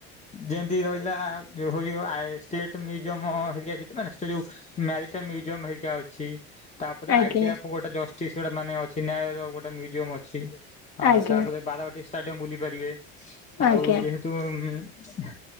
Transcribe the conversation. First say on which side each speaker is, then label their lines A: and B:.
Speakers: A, on the left; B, on the left.
A: ଯେମିତି ରହିଲା ଆଉ ଯୋଉ ହୋଇ ଆଇ ଷ୍ଟେଟ ମ୍ୟୁଜିୟମ ହେରିକା କିଛି ମାନେ ଷ୍ଟେ ଯଉ ମ୍ୟା ତା ମ୍ୟୁଜିୟମ ହେରିକା ଅ ଛି ତାପରେ
B: ଆଜ୍ଞା
A: ଆଇଡିଆ ଆପଣ ଗୋଟେ ଜଷ୍ଟିସ୍ ଗୋଟେ ମାନେ ଅଛି ନ୍ୟାୟ ଦବାକୁ ଗୋଟେ ମ୍ୟୁଜିୟମ ଅଛି। ଆଉ
B: ଆଜ୍ଞା
A: ତାପରେ ବାରବାଟୀ ଷ୍ଟାଡିୟମ ବୁଲି ପାରିବେ ଆଉ
B: ଆଜ୍ଞା
A: ଯେହେତୁ ଉଁ। ହ।